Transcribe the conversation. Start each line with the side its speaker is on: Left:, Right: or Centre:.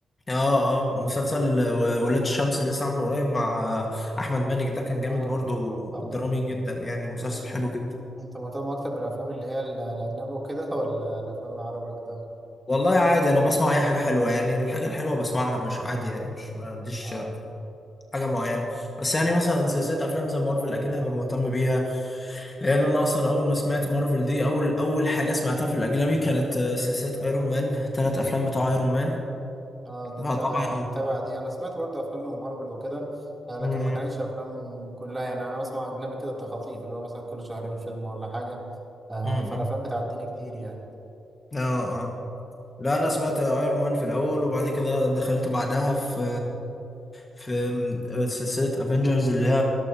Left: اه اه ومسلسل آه، ولاد الشمس اللي لسه عامله قريب مع آه، احمد مالك ده كان جامد
Right: اه
Left: برضو
Right: كان تحفه
Left: درامي جدا يعني مسلسل
Right: انت
Left: حلو جدا
Right: انت مهتم اكتر بالافلام اللي هي ال- الاجنبي وكده ولا الافلام العربي اكتر
Left: والله عادي انا بسمع اي حاجه حلوه يعني الحاجه الحلوه بسمعها مش عادي يعني مش ما عنديش
Right: اه
Left: آه، حاجه معينه
Right: مش
Left: بس يعني مثلا سلسله افلام زي مارفل اكيد هبقى مهتم بيها لان انا اصلا اول ما سمعت مارفل دي اول اول حاجه سمعتها في الاجنبي كانت آه، سلسله ايرون مان ثلاث افلام بتوع ايرون مان
Right: اه ده
Left: فطبعا
Right: انت متابع دي انا سمعت برضه افلام من مارفل وكده آه لكن
Left: مم.
Right: ما كانتش افلام كلها يعني انا بسمع اجنبي كده تخاطيف اللي هو مثلا كل شهرين فيلم ولا حاجه آه
Left: مم.
Right: فالافلام بتعديني كتير يعني
Left: اه اه لا انا سمعت ايرون مان في الاول وبعد كده دخلت بعدها في في آه، سلسله افنجرز اللي هي